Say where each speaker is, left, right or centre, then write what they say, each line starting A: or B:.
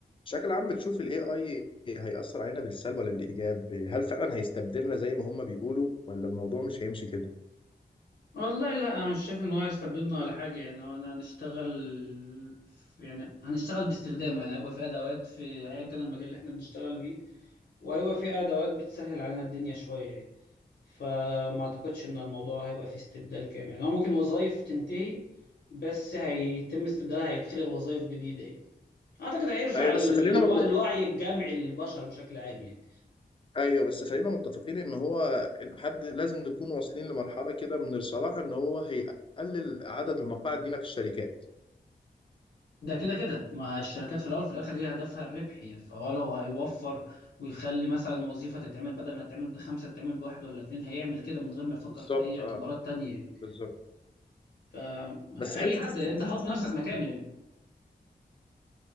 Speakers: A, on the left; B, on the left.
A: بشكل عام بتشوف ال AI هيأثر علينا بالسلب ولا بالإيجاب؟ هل فعلا هيستبدلنا زي ما هم بيقولوا ولا الموضوع مش هيمشي كده؟
B: والله لا انا مش شايف ان هو يستبدلنا ولا حاجه يعني هو انا هنشتغل في- يعني هنشتغل باستخدامه يعني هيبقى في ادوات في ايا كان المجال اللي احنا بنشتغل بيه وهيبقى في ادوات بتسهل علينا الدنيا شويه يعني فما اعتقدش ان الموضوع هيبقى فيه استبدال كامل يعني هو ممكن وظائف تنتهي بس هيتم استبدالها هيتخلق وظائف جديده يعني اعتقد هيرفع
A: أيوه
B: الو-
A: بس خلينا متفق...
B: الوعي الجمعي للبشر بشكل عام يعني
A: أيوه بس خلينا متفقين إن هو الحد لازم نكون واصلين لمرحلة كده من الصراحة إن هو هيقلل عدد المقاعد لينا في الشركات.
B: ده كده كده ما الشركات في الاول في الاخر هي هدفها الربح يعني فهو لو هيوفر ويخلي مثلا وظيفه تتعمل بدل ما تتعمل بخمسه تتعمل بواحد ولا اتنين هيعمل كده من غير ما يفكر
A: بالظبط
B: في اي اعتبارات
A: أه
B: تانية يعني
A: بالظبط
B: فاي
A: بس حتة
B: حد
A: استبدال
B: انت حط
A: تام
B: نفسك
A: دي بصراحة.
B: مكانه يعني